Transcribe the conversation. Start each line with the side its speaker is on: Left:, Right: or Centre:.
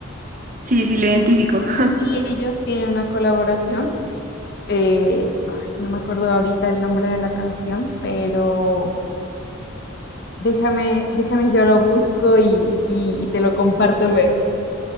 Right: sí, sí, lo identifico. <laughs>
Left: Y ellos tienen una colaboración, eh, ay, no me acuerdo ahorita el nombre de la canción, pero déjame, déjame, yo lo busco y, y y te lo comparto luego.